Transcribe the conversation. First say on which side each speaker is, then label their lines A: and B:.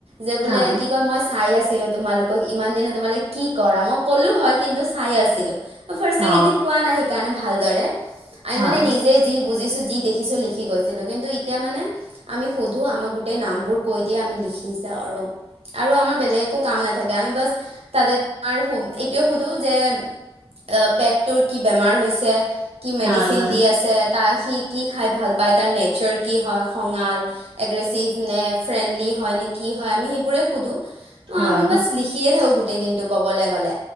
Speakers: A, on the right (about 80°); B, on the right (about 50°).
A: যে বোলে
B: হয়
A: কি কয় মই চাই আহিলোঁ তোমালোকক ইমান দিনে তোমালোক কি কৰা মই ক'লো হয় কিন্তু চাই আছিলোঁ ফাষ্ট
B: হয় অ
A: কেইদিন কোৱা নাই সেইকাৰণে ভালদৰে আমি
B: হয়
A: মানে নিজেই যি বুজিছো, যি দেখিছো লিখি গৈছিলো কিন্তু এতিয়া মানে আমি সুধো আমাৰ গোটেই নামবোৰ কৈ দিয়ে আমি লিখি যাওঁ আৰু, আৰু আমাৰ বেলেগ একো কাম নাথাকে আমি বাছ তাতে তোমাৰ এইটোয়ে সুধো যে অ পেটটোৰ কি বেমাৰ হৈছে কি মেডিচিন
B: হয় হয়
A: দি আছে, তা সি কি খাই ভাল পায়, তাৰ নেচাৰ কি হয় খঙাল, ৰেছিভ নে, ফ্ৰেণ্ডলি হয় নে কি হয়, আমি সেইবোৰে সুধো
B: হয়
A: আমি বাছ লিখিয়ে থাকোঁ গোটেই দিনটো কবলে গলে